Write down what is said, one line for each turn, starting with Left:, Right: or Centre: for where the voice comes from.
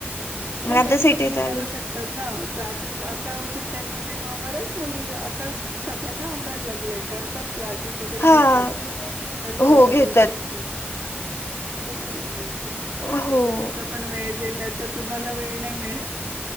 Left: मग
Right: नई
Left: आता सिटीत
Right: तुम्ही हे
Left: आले.
Right: करू शकतात ना क्लासेस आ आता सुट्ट्यांमध्ये म बऱ्याच मुली आता सगळ्यांना आवडायला लागलेय करतात क्लासेस वगैरे
Left: हा.
Right: घेतात करतात
Left: हो घेतात.
Right: अगदी शिकतात. ते करून घ्यायचं मग
Left: हो.
Right: कसं तुमचा पण वेळ <unintelligible> तुम्हाला वेळ नाही मिळेल